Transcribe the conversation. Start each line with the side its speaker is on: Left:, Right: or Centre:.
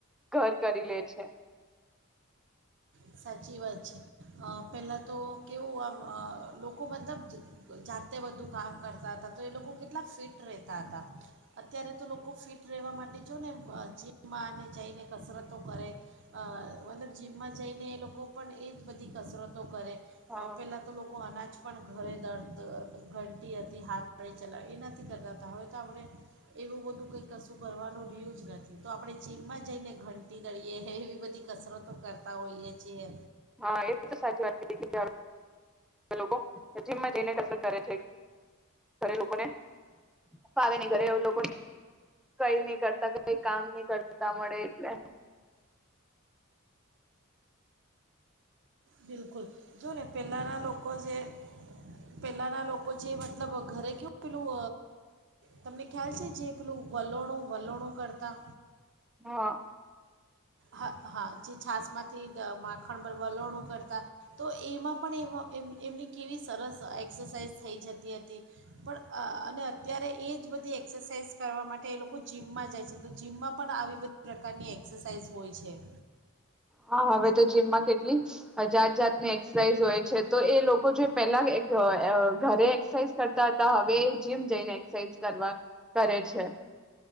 Centre: ઘર કરી લે છે.
Right: સાચી વાત છે. પહેલાં તો કેવું આમ લોકો મતલબ જાતે બધું કામ કરતા હતા તો એ લોકો કેટલા ફિટ રહેતા હતા, અત્યારે તો લોકો ફિટ રહેવા માટે જો ને એમ જીમમાં અને જઈને કસરતો કરે, મતલબ જીમમાં જઈને એ લોકો પણ એ જ બધી કસરતો કરે
Centre: હા
Right: પેલા તો લોકો અનાજ પણ ઘરે દડ ઘંટી હતી હાથ વડે ચલાવે એ નથી કરતા હતા હવે તો આપણે, એવું બધું કંઈ કશું કરવાનું રહ્યું જ નથી, તો આપણે ચીમમાં જઈને ઘંટી લડીએ એવી બધી કસરતો કરતા હોઈએ છીએ.
Centre: હા એ બધ તો સાચી વાત કરી લોકો, જીમમાં જઈને કસરત કરે છે. ખરે લોકોને ફાવ નહી કરે એ લોકો <inaudible> કઈ નઈ કરતા કઈ કામ નઈ કરતા મળે એટલે
Right: બિલકુલ જો ને પહેલાંના લોકો જે પહેલાંના લોકો જે મતલબ ઘરે કેવું પેલું તમને ખ્યાલ છે. જે પેલું વલોણું વલોણું કરતા
Centre: હા.
Right: હા હા જે છાસમાંથી માખણ પર વલણું કરતા તો એમાં પણ એ એમ એમની કેવી સરસ એક્સરસાઇઝ થઈ જતી હતી. પણ અને અત્યારે એ જ બધી એક્સરસાઇઝ કરવા માટે એ લોકો જીમમાં જાય છે. તો જીમમાં પણ આવી બધી પ્રકારની એક્સરસાઇઝ હોય છે.
Centre: હા હવે તો જીમમાં કેટલી જાત જાતની એક્સરસાઇઝ હોય છે તો એ લોકો જો પેલા ઘરે એક્સરસાઇઝ કરતા હતા. હવે જીમ જઈને એક્સરસાઇઝ કરવા કરે છે.